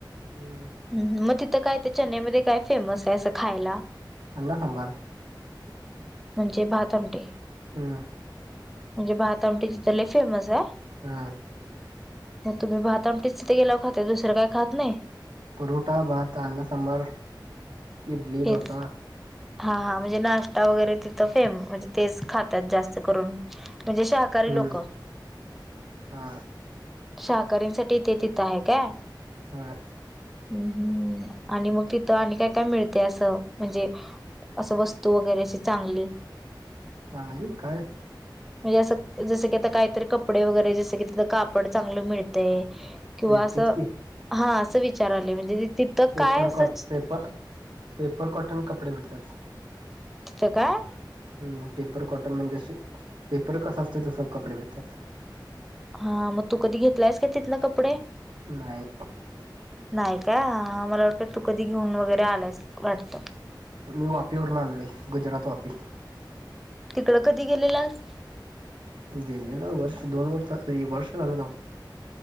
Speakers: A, on the right; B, in the centre.
A: हम्म
B: हम् म काय ते चेन्नईमध्येध्ये काय फेमस आहे असं खायला.
A: अण्णा सांबार
B: म्हणजे भातआमटी
A: हम्म
B: म्हणजे बातआमटी तिथ लय फेमस आहे.
A: हा.
B: मग तुम्ही भात आमटीच तिथ गेलाय खाताय दुसरं काही खात नाही.
A: परोठा भात अना सांबर इडली
B: हेच
A: डोसा
B: हा हा म्हणजे नाश्ता वगैरे तिथं फेम म्हणजे तेच खातात जास्त करून म्हणजे शाहकारी
A: हम्म
B: लोक
A: हा
B: शाकाऱ्यांसाठी ते तिथं आहे काय?
A: ह <unintelligible>
B: हम् हम्म आणि मग तिथं आणि काय काय मिळत. ते असं म्हणजे असं वस्तू वगैरेशी चांगली.
A: चांगली काय?
B: म्हणजे असं जसं की आता काहीतरी कपडे वगैरे जसं की आ कापड चांगलं मिळतंय. किंवा
A: भेटतेच
B: अस
A: की
B: हा अस विचारलोय म्हणजे तिथं
A: पेपर
B: काय असंच
A: कॉट पेपर
B: <unintelligible>
A: पेपर कॉटन कपडे भेटतात.
B: तिथं काय?
A: हम् पेपर कॉटन म्हणजेशी पेपर कसं असत तस कपडे भेटत्यात
B: हा मग तू कधी घेतलायस का तिथन कपडे
A: नाही.
B: नाही का हा मला वाटत तू कधी घेऊन वगैरे आल्यास वाटत.
A: मी वापीवर आणलोय गुजरात वापी
B: तिकडं कधी घेलेलास
A: गेलेलो वर्ष दोन वर्ष वर्ष झालं जाऊन